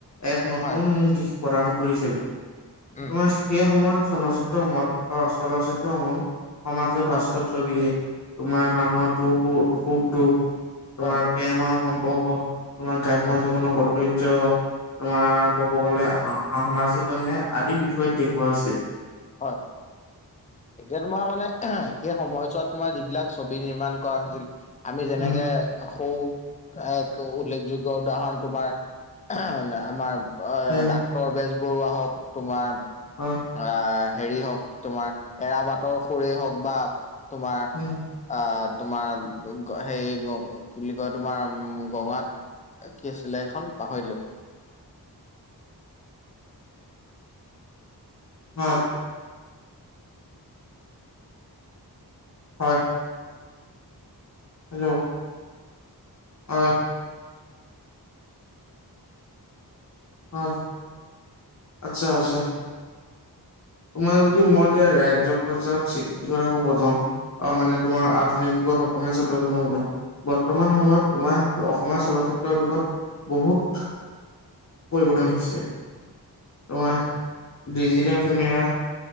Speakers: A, on the left; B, on the left.
A: এক নতুন
B: হয়
A: দিশ প্ৰদান কৰিছিল। তোমাৰ
B: উম
A: সেই সময়ত চলচিত্ৰ মত অ চলচ্চিত্ৰ মন সমাজৰ
B: হয়
A: বাস্তৱ ছবিয়ে তোমাৰ মানুহৰ দুখ- সুখ সুখ- দুখ
B: হয়
A: তোমাৰ প্ৰেম আৰু সম্পৰ্ক তোমাৰ গ্ৰাম্য
B: হয়
A: জীৱন সৌন্দয জ তোমাৰ ক'ব গ'লে সা সা সামাজিক অন্যায় আদি বিষয়ত দেখুওৱা হৈছিল।
B: হয়। এতিয়া তোমাৰ মানে, সেই সময়ছোৱাত তোমাৰ যিবিলাক ছবি নিৰ্মাণ কৰা হৈছিল আমি যেনেকে
A: উম
B: সৌ এক উল্লেখযোগ্য উদাহৰণ তোমাৰ আমাৰ অ'
A: উম
B: ডাক ক্টৰ বেজবৰুৱা হওক তোমাৰ।
A: হয়
B: আ' হেৰি হওক তোমাৰ এৰা বাটৰ সুৰেই হওক বা তোমাৰ
A: উম
B: আ' তোমাৰ হেৰি বুলি কয় তোমাৰ গঙাত কি আছিলে সেখন পাহৰিলো।
A: হয়। হয়। হেল্ল হয়। হয় আচ্ছা, আচ্ছা। তোমাৰ যদি মই এতিয়া ৰাজ্য পৰ্যায়ত স্বীকৃতি কথা ক'ব যাওঁ আৰু মানে তোমাৰ আধুনিক যুগত অসমীয়া <unintelligible> বৰ্তমান সময়ত তোমাৰ অসমীয়া চলচ্চিত্ৰ উদ্যোগত বহুত পৰিৱৰ্তন আহিছে, তোমাৰ ডিজিটেল কেমেৰা